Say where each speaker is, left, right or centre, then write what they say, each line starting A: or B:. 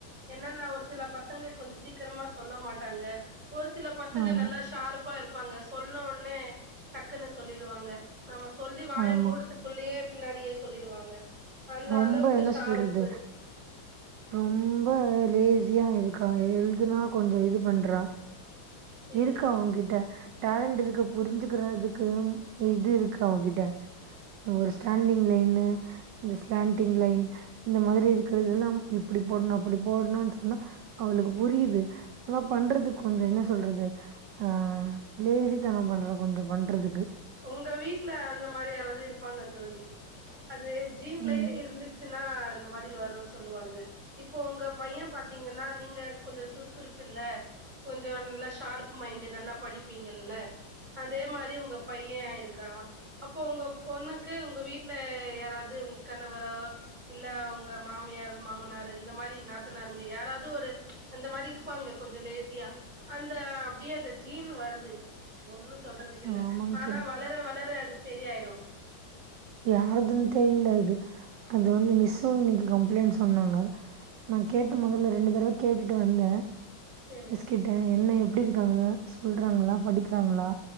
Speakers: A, on the right; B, on the right.
A: என்னனா ஒரு சில பசங்க கொஞ்ச சீக்கிரமா சொல்ல மாட்டாங்க ஒரு சில பசங்க
B: ஆமா
A: நல்லா ஷார்ப்பா இருப்பாங்க சொன்ன ஒடனே டக்குன்னு சொல்லிடுவாங்க நம்ம சொல்லி வாய
B: ஆமா
A: மூடுத்துக்குள்ளேயே பின்னாடியே சொல்லிடுவாங்க அந்த
B: ரொம்ப
A: அளவுக்கு
B: என்ன
A: ஷார்ப்பு
B: சொல்றது ரொம்ப லேசியா இருக்கா எழுதுனா கொஞ்ச இது பண்றா
A: சேரி
B: இருக்கு அவங்கிட்ட டேலண்டு இருக்கு புரிஞ்சுக்கிறதுக்கு இது இருக்கு அவ கிட்ட ஒரு ஸ்டாண்டிங் லைன்னு இந்த ஸ்லாண்டிங் லைன் இந்த மாரி இருக்கிறதெல்லாம் இப்டி போட்ணு அப்டி போட்ணுன் சொன்னா அவளுக்கு புரியுது ஆனா பண்றது கொஞ்ச என்ன சொல்றது ஆ லேசித்தனம் பண்றா கொஞ்ச பண்றதுக்கு
A: உங்க வீட்ல அந்த மாரி யாராவது இருப்பாங்க தோழி அது ஜீன்லயே
B: ம்
A: இருந்து ச்சினா இந்த மாரி வருன் சொல்லுவாங்க இப்போ உங்க பைய பாத்தீங்கன்னா நீங்க கொஞ்ச சுறுசுறுப்பு இல்ல கொஞ்ச நல்லா ஷார்ப் மைண்டு் நல்லா படிப்பீங்கல்ல அதே மாரி உங்க பைய இருக்கறா அப்போ உங்க பொண்ணுக்கு உங்க வீட்ல யாராது உங்க கணவரோ இல்ல உங்க மாமியாரு மாமனாரு இந்த மாரி நாத்தனாருங்க யாராவ்து ஒரு அந்த மாரி இருப்பாங்க கொஞ்சோ லேசியா அந்த அப்டியே அந்த ஜீன் வருது ஒன்னு சொல்றதுக்கு இல்ல
B: ஆமாங்க
A: ஆனா
B: தோழி
A: வளர வளர அது செரி ஆய்ரு
B: யார்துன் தெரில அது அது வந்து மிஸ்ஸு இன்னிக்கி கம்ப்ளைண்ட் சொன்னாங்க நா கேட்டு மொதல்ல ரெண்டு தடவ கேட்டுட்டு வந்தே
A: சரி
B: மிஸ் கிட் என்ன எப்டி இருக்காங்க சொல்றாங்களா படிக்கிறாங்களா